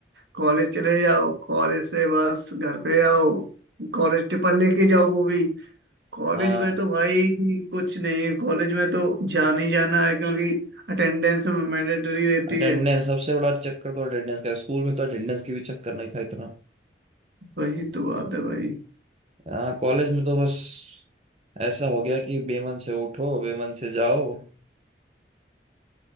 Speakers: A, on the right; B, on the right.
A: कॉलेज चले जाओ कॉलेज से बस घर पे आओ कॉलेज टिफिन लेके जाओ वो भी कॉलेज
B: हाँ
A: में तो भाई कुछ नहीं कॉलेज में तो जाना ही जाना है क्योंकि अटेंडेंस में मैंडेटरी रहती
B: अटेंडेंस
A: है
B: सबसे बड़ा चक्कर तो अटेंडेंस का है। स्कूल में तो अटेंडेंस की भी चक्कर नहीं था इतना
A: वही तो बात है भाई
B: हाँ कॉलेज में तो बस ऐसा हो गया कि बेमन से उठो बेमन से जाओ